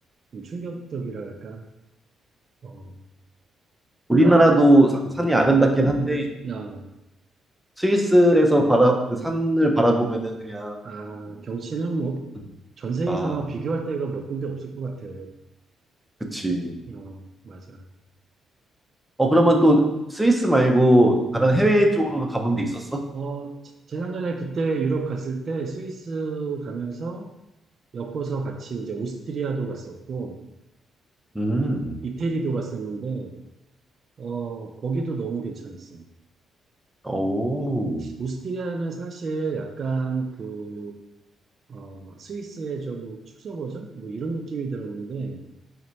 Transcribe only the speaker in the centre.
우리나라도
사- 산이 아름답긴 한데,
스위스에서 바라, 그 산을 바라보면은 그냥,
음,
아,
그치.
어, 그러면 또 스위스 말고
다른 해외 쪽으로는 가본 데 있었어?
음,
오,